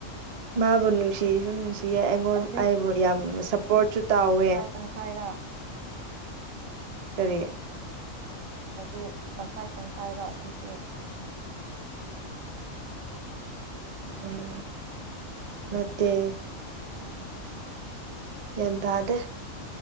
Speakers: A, on the right (about 50°); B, on the right (about 80°).
A: ꯃꯥꯕꯨ ꯅꯨꯡꯁꯤꯁꯨ ꯅꯨꯡꯁꯤꯌꯦ ꯑꯩꯉꯣꯟ
B: ꯍꯧꯖꯤꯛ
A: ꯑꯩꯕꯨ ꯌꯥꯝ ꯁꯞꯄꯣꯔꯠꯁꯨ ꯇꯥꯎꯋꯦ
B: ꯇꯪꯈꯥꯏꯔꯥ
A: ꯀꯔꯤ
B: ꯍꯧꯖꯤꯛ ꯇꯪꯈꯥꯏ ꯇꯪꯈꯥꯏꯔ ꯑꯁꯤꯁꯨ
A: ꯎꯝ ꯅꯠꯇꯦ
B: ꯑꯣ
A: ꯒꯌ꯭ꯥꯟ ꯇꯥꯗꯦ